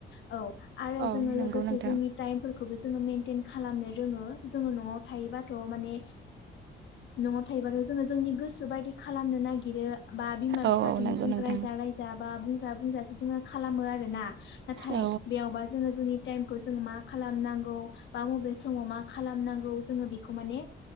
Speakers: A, on the left; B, on the right.
A: औ आरो
B: औ
A: जोङो
B: नंगौ
A: लोगोसे
B: नोंथां
A: जोंनि टाइम फोर जोङो मेनटेन खालामनो रोङो जोङो न'आव थायोबाथ' माने न'आव थायोबाथ' जोङो जोंनि गोसो बायदि खालामनो नागिरो। बा बिमा
B: औ
A: बिफा
B: औ
A: जों
B: नंगौ नोंथां
A: रायजा रायजा बा बुं <unintelligible> बुंजासो जोङो खालामो आरो ना। नाथाय
B: औ
A: बेयावबा जोङो जोंनि टाइमखौ जों मा खालामनांगौ बा अबे समाव मा खालामनांगौ जोङो बेखौ माने